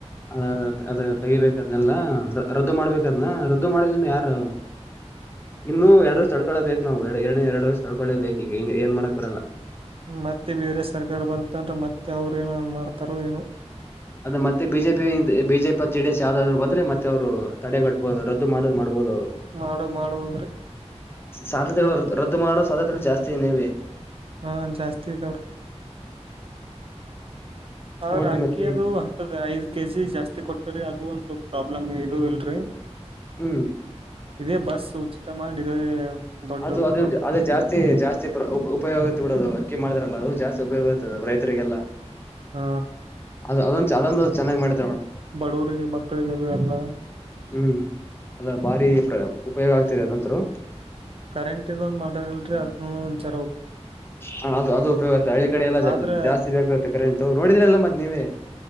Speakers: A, on the left; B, on the right.
A: ಅದ ಅದ ತೆಗಿಬೇಕಾದ್ನೆಲ್ಲ ರದ್ದು ಮಾಡ್ಬೇಕದ್ನ ರದ್ದು ಮಾಡ ಯಾರು ಇನ್ನು ಎರಡು ವರ್ಷ ತಡ್ಕೊಳೋಕ್ಕೆಬೇಕು ನಾವು ಎರಡು ಎರಡು ವರ್ಷ ತೊಕೊಳ್ಳೇಬೇಕು ಈಗ ಏನ್ ಮಾಡಕ್ ಬಲ್ಲ
B: ಮತ್ತೆ ಬೇರೆ ಸರ್ಕಾರ ಬಂತಂತಂದ್ರೆ ಮತ್ತೆ ಅವ್ರೇನ ಮಾಡ್ತಾರೋ ಏನು
A: ಅದ್ರ ಮತ್ತೆ ಬಿಜೆಪಿ ಬಿಜೆಪಿ ಜೆಡಿಎಸ್ ಯಾವ್ದಾದ್ರು ಬಂದ್ರೆ ಮತ್ತೆ ಅವರು ತಡೆಗಟ್ಟಬಹುದು ರದ್ದು ಮಾಡ್ ಮಾಡ್ಬಹುದು ಅವ್ರು
B: ಮಾಡ ಮಾಡೋದ್ರಿ
A: ಸಾಧ್ಯತೆಗಳು ರದ್ದು ಮಾಡ ಸಾಧ್ಯತೆ ಜಾಸ್ತಿ ಅವೇ
B: ಹ ಜಾಸ್ತಿ ಇದಾವ್ರಿ ಅದ್ರ
A: ನೋಡಿ
B: ಅಕ್ಕಿ
A: ಮತ್ತೆ
B: ಅದು ಹತ್ತದ ಐದ್ ಕೆಜಿ ಜಾಸ್ತಿ ಕೊಟ್ಟರಿ ಅದು ಒಂದು ಪ್ರಾಬ್ಲಮ್ ಇದು ಇಲ್ರಿ
A: ಹ್ಮ್
B: ಇದೇ ಬಸ್ ಉಚಿತ ಮಾಡಿ ದೊಡ್ಡ
A: ಅದು ಅದು
B: ಪ್ರಾಬ್ಲಮ್
A: ಅದು ಜಾಸ್ತಿ ಜಾಸ್ತಿ ಉಪಯೋಗ ಆಯ್ತು ಬಿಡು ಅದು ಅಕ್ಕಿ ಮಾಡಿದಾರಲ್ಲ ಅದು ಜಾಸ್ತಿ ಉಪಯೋಗ ಇರುತದೆ ರೈತರಿಗೆಲ್ಲ
B: ಹ
A: ಅದು ಅದೊಂದು ಚೆನ್ನಾಗಿ ಮಾಡೆ
B: ಬಡವರಿಗೆ ಮಕ್ಕಳಿಗೆದು ಅಲ್ಲ
A: ಹ್ಮ್ ಅದ ಭಾರಿ ಪ್ರ ಉಪ ಯೋಗ ಆಗ್ತೀರಿ ಅದಂತರು
B: ಕರೆಂಟ್ ಇದೊಂದು ಮಾಡ್ಯಾರ್ ಅಲ್ಲರೀ ಅದನ್ನು ವಿಚಾರ
A: ಹ ಅದು ಅದು ಉಪಯೋಗ ಆಗುತ್ತಾ ಹಳ್ಳಿ ಕಡೆ ಎಲ್ಲ
B: ಆದ್ರ
A: ಜಾಸ್ತಿ ಬೇಕಾಗುತ್ತೆ ಕರೆಂಟ್ ನೋಡಿದ್ರೆ ಎಲ್ಲ ಮತ್ತ್ ನೀವೇ